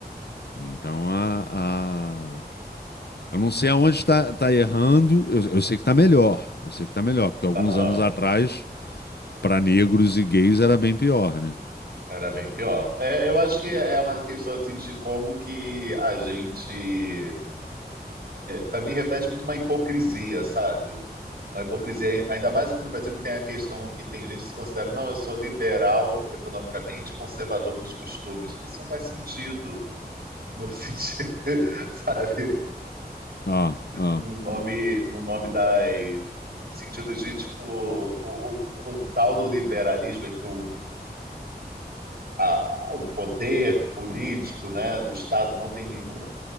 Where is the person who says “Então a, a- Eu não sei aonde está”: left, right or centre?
Left